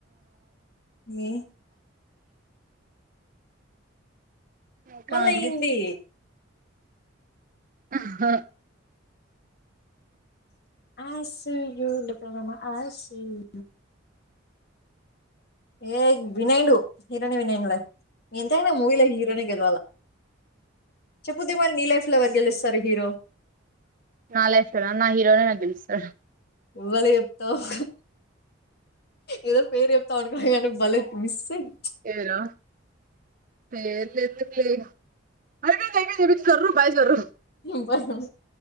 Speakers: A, on the left; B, on the right.
A: మీ
B: ఇంకా
A: మళ్ళ
B: అండి
A: ఏంది
B: ఆహా
A: ఆసియులెక్కమమా ఆసియు ఏ విన్నైడు హీరోని విన్నైడలే ఎంతనా మూవీలో హీరోనే గెలవాల చెప్పు దివాన్ నీలైఫ్ లో ఎవర్ గెలుస్తారు హీరో
B: నా లైఫ్ లోన నా హీరోనే నాక్ గెలుస్తారు
A: ఎవ్వలి జేప్తవ్ ఏదో పేరు జెప్తావను కున్న గాని భలే మిసింగ్
B: ఏరా పేర్లు ఎందుకులే ఇగ అయిపోయింది అయిపోయింది జర్రు బాయ్ జర్రు
A: బ <inaudible>